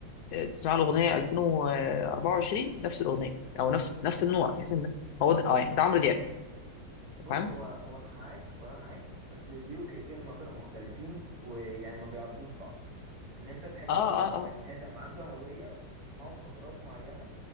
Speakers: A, on the left; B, on the right.
A: تسمع له اغنيه 2024 نفس الاغنيه او نفس نفس النوع تحس ان هو ده اه يعني ده عمرو دياب
B: بص
A: فاهم
B: هو هو انا معاك وانا معاك بس دي وجهتين نظر مختلفين ويعني ما بيعرضوش بعض ان انت تحب
A: اه
B: ان
A: اه اه
B: بني ادم عنده هوية وتسمعه في فترات معينة